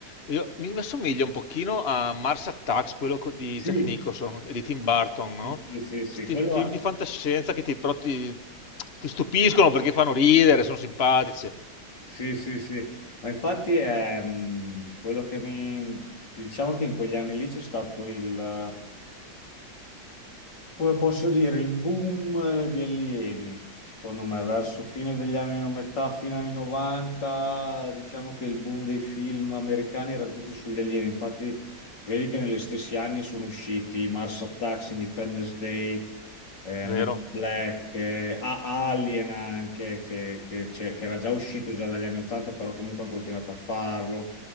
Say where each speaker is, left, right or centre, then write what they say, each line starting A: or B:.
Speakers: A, on the left; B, on the left.
A: io- mi, mi assomiglia un pochino a Mars Attacks, quello co- di
B: sì,
A: Jack Nicholson e di Tim Burton, no?
B: sì, sì, sì, sì,
A: Sti
B: quello
A: film
B: è-
A: di fantascienza che ti, però ti, ti stupiscono perché fanno ridere, sono simpatici,
B: sì, sì, sì. Ma infatti è mh, quello che mi... Diciamo che in quegli anni lì c'è stato il... Come posso dire, il boom eh, di allievi, secondo me, verso fine degli anni, no- metà, fine anni 90, diciamo che il boom dei film americani era tutti sugli alieni. Infatti, vedi che negli stessi anni sono usciti Mars Attacks, Independence Day, eh,
A: vero?
B: Men in Black, eh, A- Alien anche, che, che c'è- che era già uscito già dagli anni 80, però comunque hanno continuato a farlo.